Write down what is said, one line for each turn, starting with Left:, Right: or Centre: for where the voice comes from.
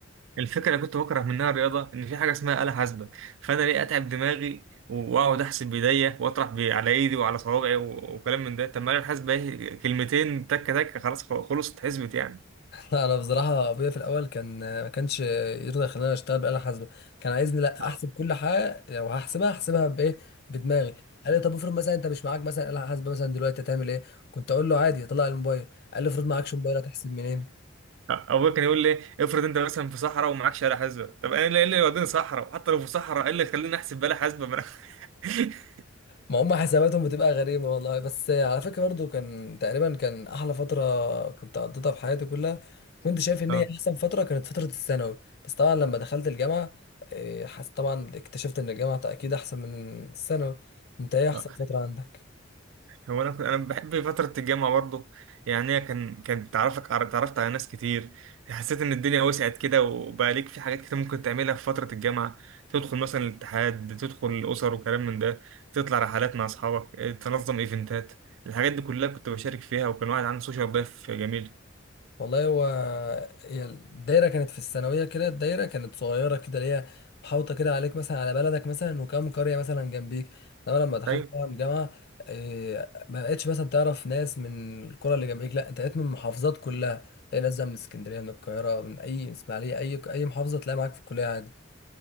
Right: الفكره اللي كنت بكره منها الرياضه ان في حاجه اسمها آلة حاسبه فانا ليه اتعب دماغي واقعد احسب بايديا واطرح بي- على ايدي وعلى صوابعي و- وكلام من ده طب ما الآلة الحاسبه ايه كلمتين تك تك خلاص خلصت اتحسبت يعني
Left: لا انا بصراحه ابويا في الاول كان ما كانش يرضى يخليني اشتغل بآلة حاسبه كان عايزني لا
Right: اه
Left: احسب كل حاجه لو هحسبها احسبها بايه بدماغي قال لي طب افرض مثلا انت مش معاك مثلا آلة حاسبه مثلا دلوقتي هتعمل ايه كنت اقول له عادي طلع الموبايل قال لي افرض معكش موبايل هتحسب منين
Right: اه ابويا كان يقول لي افرض انت مثلا في صحراء ومعكش آلة حاسبة طب انا ليه- إيه اللي يوديني صحراء حتى لو في صحراء ايه اللي يخليني احسب بآلة حاسبة ما انا <laughs>
Left: ما هم حساباتهم بتبقى غريبة والله بس على فكرة برضو كان تقريبا كان أحلى فترة كنت قضيتها في حياتي كلها كنت شايف إن
Right: اه
Left: هي أحسن فترة كانت فترة الثانوي بس طبعا لما دخلت الجامعة إيه، حس طبعا اكتشفت إن الجامعة أكيد أحسن من الثانوي أنت إيه أحسن
Right: اه
Left: فترة عندك؟
Right: هو انا انا بحب فتره الجامعه برضو يعني هي كان كان تعرفك تعرفت على ناس كتير حسيت ان الدنيا وسعت كده وبقى ليك في حاجات كتير ممكن تعملها في فتره الجامعه تدخل مثلا الاتحاد تدخل الاسر وكلام من ده تطلع رحلات مع اصحابك تنظم ايفنتات الحاجات دي كلها كنت بشارك فيها وكان واحد عنده سوشيال لايف جميل
Left: والله هو هي الدايرة كانت في الثانوية كده الدايرة كانت صغيرة كده اللي هي محاوطة كده عليك مثلا على بلدك مثلا وكام قرية مثلا جنبيك انما لما دخلت
Right: ايوه
Left: طبعا جامعة إيه، ما بقتش مثلا تعرف ناس من القرى اللي جنبيك لا انت بقيت من المحافظات كلها تلاقي ناس بقى من اسكندرية من القاهرة من اي من اسماعيلية اي اي محافظة تلاقي معاك في الكلية عادي